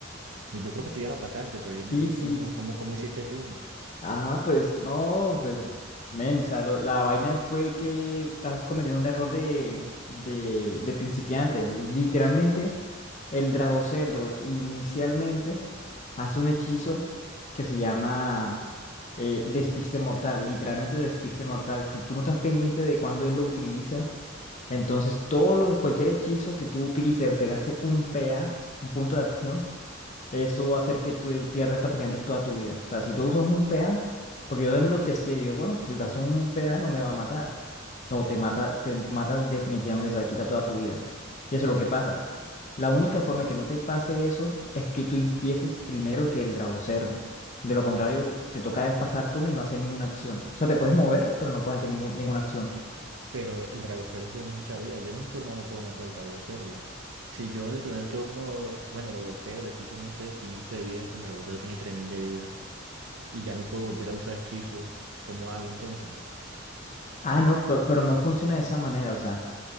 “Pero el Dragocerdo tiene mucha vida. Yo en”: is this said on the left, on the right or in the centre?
Right